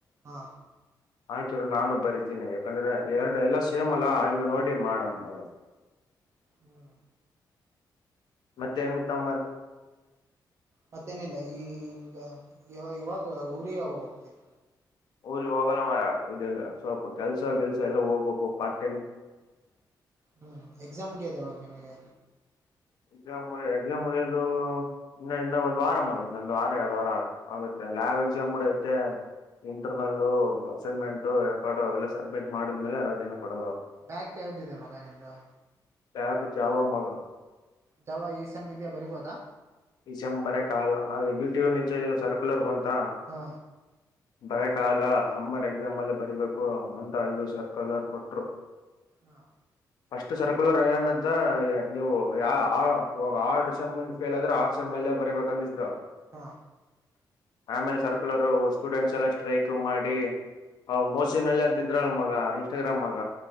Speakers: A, on the right; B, on the left.
A: ಹಾ
B: ಆಯ್ತಿರು ರ ನಾನು ಬರಿತೀನಿ ಯಾಕಂದ್ರೆ ಎರಡು ಎಲ್ಲ ಸೇಮ್ ಅಲ್ಲಾ ಹಿಂಗ ನೋಡಿ ಮಾಡಮ್ಮಗ
A: ಹ್ಮ್
B: ಮತ್ತೆ ಹೆಂಗ ತಂಬಾರ
A: ಮತ್ತೇನಿಲ್ಲ ಈಗ ಯ ಯಾವಾಗ ಊರಿಗೆ ಯಾವಾಗ ಹೋಗ್ತಿವಿ
B: ಊರಿಗೆ ಹೋಗಲ್ಲ ಇ ಸ್ವಲ್ಪ ಕೆಲ್ಸ ಕೆಲ್ಸ ಎಲ್ಲ ಹೋಗ್ಬೇಕು ಪಾರ್ಟ್
A: ಹ್ಮ್ ಎಕ್ಸಾಮ್ ಮುಗುಯದ್ಯಾವಾಗ ನಿಮಗೆ
B: ಎಕ್ಸಾಮ್ ಮ ಎಕ್ಸಾಮ ಮುಗಿಯದೂ ಇನ್ನು ಇನ್ನೊಂದಂದು ವಾರ ಆಗ ಇನ್ನೊಂದ್ ವಾರ ಎರಡು ವಾರ ಆಗತ್ತೆ ಲ್ಯಾಬ್ ಎಕ್ಸಾಮ್ ಕೂಡ ಐತೆ ಇಂಟರ್ನಲ್ಲು ಅಸೈನ್ಮೆಂಟ್ ರಕಾರ್ಡ್ ಅವೆಲ್ಲ ಸಭ್ಮಿಟ್ ಮಾಡಿದ್ಮೇಲೆ ರಜೆನೆ ಕೊಡದ್ ಅವ್ರ್
A: ಬ್ಯಾಗ್ ಕೇಳದಿದೆ ಮಗ ನಿಂದು
B: ಯಕು ಜಾವ ಮಾಗ
A: ಜಾವ ಈಸಲ್ ಇದಾ ಬರಿಬೋದಾ
B: ಡಿಸೆಂಬರ ಕಾಲ ಅದ ವಿಟೋ ನಿಚ ಸರ್ಕ್ಯುಲರ್ ಬಂತ
A: ಹಾ
B: ಬರಕಗಲ ಸಮ್ಮರ್ ಎಕ್ಸಾಮ್ ಅಲ್ಲಿ ಬರಿಬೇಕು ಒ ಐದು ಸರ್ಕುಲರ್ ಕೊಟ್ರು
A: ಹಾ
B: ಅಷ್ಟಟ್ ಸರ್ಕುಲರ್ ಅನ್ ಅಂತ ನೀವು ಯ ಆರ್ ಚಬಂದ ಫೇಲ್ ಆದ್ರೆ ಆ ಚಮ್ಮಲ್ ಬರಿಬೇಕಂದಿದ್ರು
A: ಹಾ
B: ಆಮೇಲೆ ಸರ್ಕುಲರ್ ಸ್ಟೂಡೆಂಟ್ಸ್ ಎಲ್ಲ ಸ್ಟ್ರೈಕ್ ಮಾಡಿ ಹ್ ಮೋಸಿನಲ್ಲಿ ಅಂತ ಇದ್ರಾಳ ನ ಮಗ ಇನ್ಸ್ಟಾಗ್ರಾಮ್ ಮಗ